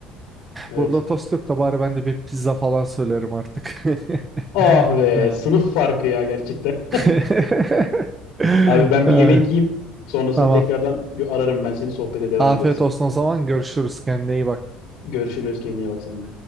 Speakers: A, on the left; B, on the right.
A: Evet.
B: burada tost yok da bari ben de bir pizza falan söylerim artık. <laughs>
A: Ah be
B: Ha.
A: sınıf farkı ya gerçekten.
B: <laughs> Ha,
A: Abi ben bir yemek yiyeyim. Sonrasında
B: Tamam.
A: tekrardan gö- ararım ben seni sohbete devam
B: Afiyet
A: ederiz.
B: olsun o zaman. Görüşürüz. Kendine iyi bak.
A: Görüşürüz kendine iyi bak sen de.